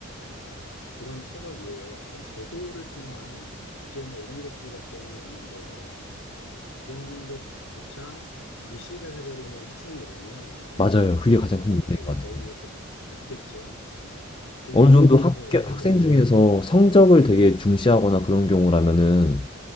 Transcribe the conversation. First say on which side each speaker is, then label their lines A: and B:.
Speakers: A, on the left; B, on the left.
A: 예 그런 체벌 외에 어떤 제도를 통한 규제나 이런 것들밖에는 없는데 그런 것조차 무시를 해버리는 학생이라면
B: 맞아요. 그게 가장
A: 사실
B: 큰 문제인
A: 효과가
B: 것 같아요.
A: 거의 없, 없겠죠. 음, 그 부분에
B: 어느 정도
A: 대해서
B: 학,
A: 약간
B: 학생
A: 내가
B: 중에서 성적을 되게 중시하거나 그런 경우라면은